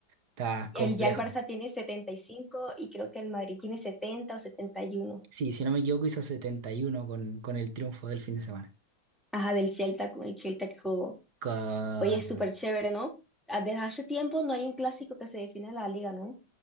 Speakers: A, on the right; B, in the centre.
A: está
B: El,
A: complejo.
B: ya el Barça tiene setenta y cinco y creo que el Madrid tiene 70 o 71.
A: Sí, si no me equivoco, hizo 71 con, con el triunfo del fin de semana.
B: Ajá, del Celta con el Celta que jugó.
A: Correcto.
B: Oye, es súper chévere, ¿no? Ah, Desde hace tiempo no hay un clásico que se defina la liga, ¿no?